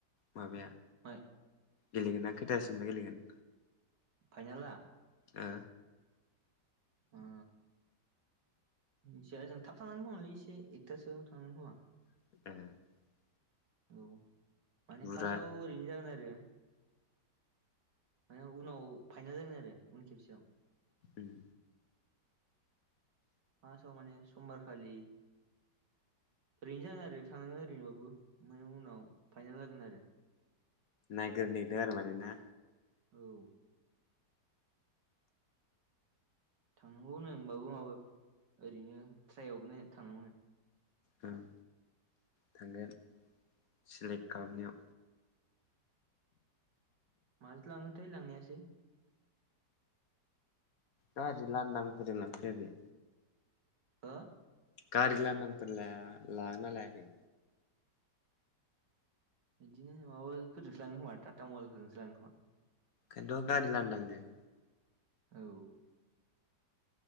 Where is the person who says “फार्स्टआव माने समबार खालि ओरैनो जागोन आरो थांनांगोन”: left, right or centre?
Right